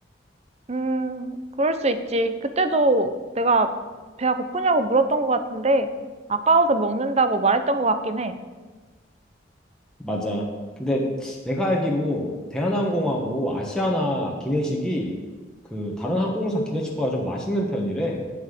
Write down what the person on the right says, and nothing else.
음, 그럴 수 있지. 그때도 내가 배가 고프냐고 물었던 것 같은데, 아까워서 먹는다고 말했던 것 같긴 해.